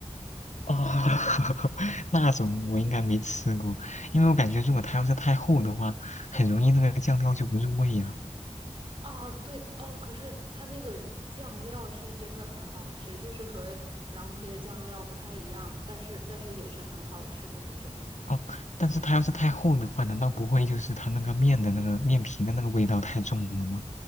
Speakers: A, on the left (about 80°); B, on the right (about 45°).
A: 啊、<laughs> 那种我应该没吃过，因为我感觉如果它要是太厚的话，很容易那个酱料就不入味呀、
B: 啊，对哦，可是它那个酱料是真的很好吃，就是和凉皮的酱料不太一样，但是但是也是很好吃的那种。
A: 哦，但是它要是太厚的话，难道不会就是它那个面的那个面皮的那个味道太重了吗？